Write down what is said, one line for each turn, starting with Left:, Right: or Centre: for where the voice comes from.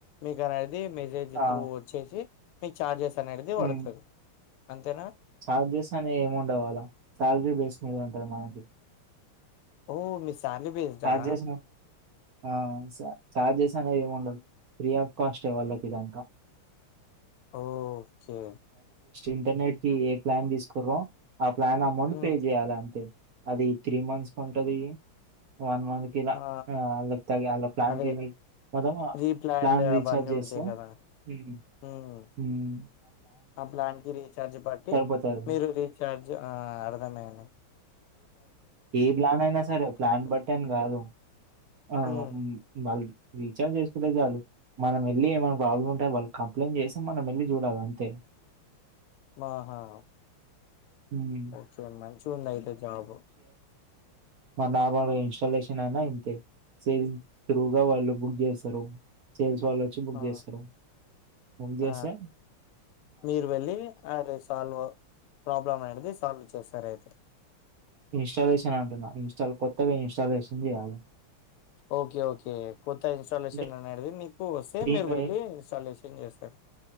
Left: మీకార్ అది మెసేజ్
Right: ఆ
Left: త్రు వచ్చేసి మీ చార్జెస్ అనేది
Right: హ్మ్.
Left: పడుతుంది అంతేనా
Right: చార్జెస్ అనే ఎం ఉండదు అవ్వాలా సాలరీ బేస్ మీద ఉంటది మాకు
Left: ఓ మీది శాలరీ బేస్డ్
Right: చార్జెస్
Left: ఆ
Right: ఆ స చార్జెస్ ఆలా ఎం ఉండవ్ ఫ్రీ ఆఫ్ ఫస్ట్ వాళ్ళకి ఇదంతా
Left: ఓ ఓకే
Right: ఇంటర్నెట్ కి ఏ ప్లాన్ తీసుకుర్రో ఆ ప్లాన్ అమౌంట్
Left: హ్మ్.
Right: పే చేయాలి అంతే అది త్రీ మంత్స్ కు ఉంటది వన్ మంత్ ఇలా
Left: ఆ!
Right: అల్ ఇంత ప్లాన్
Left: అదే
Right: వ్ మనము
Left: ప్రీ ప్లాన్డ్
Right: ప్లాన్ రీఛార్జ్
Left: అవన్నీ
Right: చేస్తా
Left: ఉంటాయి కదా!
Right: మ్మ్
Left: హ్మ్.
Right: మ్మ్
Left: ఆ ప్లాన్ కి రీఛార్జ్ బట్టి
Right: సరిపోతది.
Left: మీరు రీచార్జ్ ఆహ్ అర్ధం అయ్యింది
Right: ఏ ప్లాన్ అయినా సరే ప్లాంబట్టి
Left: ఉంటది
Right: అన్ని కాదు ఆ
Left: ఉమ్
Right: మ్ మల్ రీచార్జ్ చేసుకుంటే చాలు మనం వెళ్ళి ఏమైనా ప్రాబ్లం ఉంటే వాళ్ళు కంప్లైంట్ చేస్తే మనం వెళ్ళి చూడాలి అంతే
Left: మా ఆహా
Right: హ్మ్.
Left: ఓకే మంచి ఉంది అయితే జాబ్
Right: డాబా ఇస్టాలేషన్ అయినా ఇంతే సింగ్ త్రూగా వాళ్ళు బుక్ చేస్తారు ఫ్రెండ్స్ వాళ్ళు వచ్చి బుక్
Left: ఆ
Right: చేస్తారు బుక్
Left: ఆ
Right: చేస్తా
Left: మీరు వెళ్ళి అది సాల్వ్ ప్రాబ్లమ్ అనేది సాల్వ్ చేస్తారు అయితే
Right: ఇన్స్టాలేషన్ అంటున్నా ఇన్స్టాల్ కొత్తగా ఇన్స్టాల్ చేసింది చేయాలి
Left: ఓకే ఓకే కొత్త ఇన్స్టాలేషన్
Right: అంటే
Left: ఆనేటిది మీ పొసే
Right: దీంట్లో
Left: మీరు వెళ్ళి
Right: ఏ-
Left: ఇన్స్టాల్యూషన్ చేస్తారు